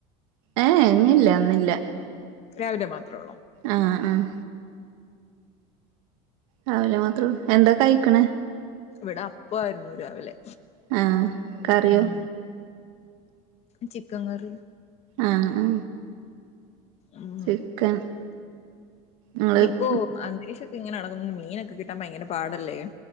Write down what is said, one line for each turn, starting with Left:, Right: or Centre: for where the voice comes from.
Right: ഏ ഹേ ഞ്ഞില്ല ന്നില്ല
Left: രാവിലെ മാത്രൊള്ളോ?
Right: ആഹ് ആഹ് രാവിലെ മാത്രൊള്ളൂ എന്താ കഴിക്കണേ?
Left: ഇവിടെ അപ്പായിരുന്നു രാവിലെ
Right: ആഹ് കറിയോ?
Left: ഉം ചിക്കൻ കറി
Right: ആഹ് ആഹ്
Left: ഉം
Right: ചിക്കൻ നിങ്ങള്
Left: ഇപ്പൊ അന്തരീക്ഷക്കെ ഇങ്ങനെ എളക്കു മീനൊക്കെ കിട്ടാൻ ഭയങ്കര പാടല്ലേ